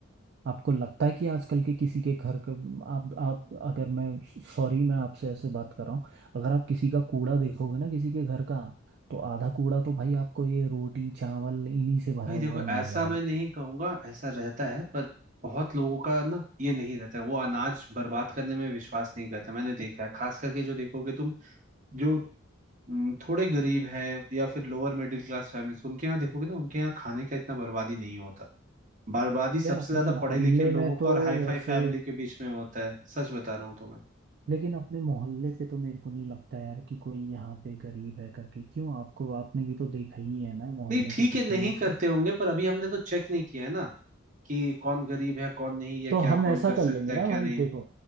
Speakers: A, on the right; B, on the right.
A: आपको लगता है कि आजकल के किसी के घर का आप आप अगर मैं सॉरी मैं आपसे ऐसे बात कर रहा हूँ अगर आप किसी का कूड़ा देखोगे ना किसी के घर का तो आधा कूड़ा तो भाई आपको ये रोटी चावल इन्हीं से भरा
B: भाई
A: हुआ
B: देखो
A: मिलेगा
B: ऐसा
A: भाई
B: मैं नहीं कहूंगा ऐसा रहता है पर बहुत लोगों का ना ये नहीं रहता है वो अनाज बर्बाद करने में विश्वास नहीं करते मैंने देखा है खास करके जो देखोगे तुम जो हम्म, थोड़े गरीब हैं या फिर लोअर मिडिल क्लास फैमिलीज उनके यहाँ देखोगे ना उनके यहाँ खाने का इतना बर्बादी नहीं होता बर्बादी सबसे
A: यार अपने
B: ज्यादा
A: मोहल्ले
B: पढ़े लिखे लोगों
A: में तो
B: का और हाई
A: वैसे
B: फाई फैमिली के बीच में होता है सच बता रहा हूँ तुम्हें
A: लेकिन अपने मोहल्ले पे तो मेरे को नहीं लगता यार कि कोई यहाँ पे गरीब है करके क्यों आपको आपने भी तो देखा ही है ना मोहल्ले
B: नहीं ठीक
A: के
B: है
A: कितने
B: नहीं
A: इस
B: करते होंगे पर अभी हमने तो चेक नहीं किया है ना कि कौन गरीब है कौन नहीं या
A: तो
B: क्या
A: हम
B: कौन
A: ऐसा
B: कर सकता
A: कर लेंगे
B: है
A: ना
B: क्या
A: भाई
B: नहीं
A: देखो